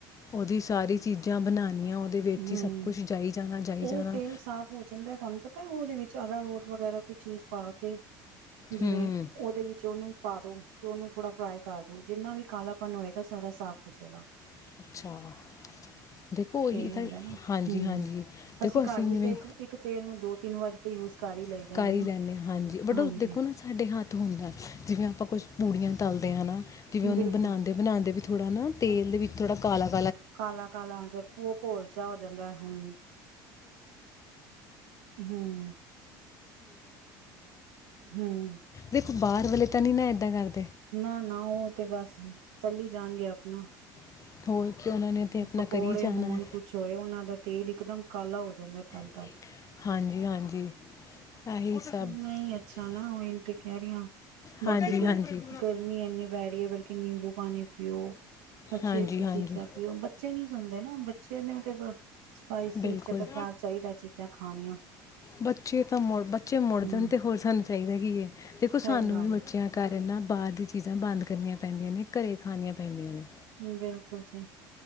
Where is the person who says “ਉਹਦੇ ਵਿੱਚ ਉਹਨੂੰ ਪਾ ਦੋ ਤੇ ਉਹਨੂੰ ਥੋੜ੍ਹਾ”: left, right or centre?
Right